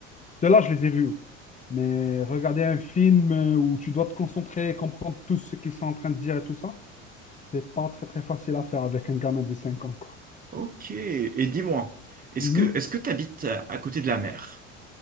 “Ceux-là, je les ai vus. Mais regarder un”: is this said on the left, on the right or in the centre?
Left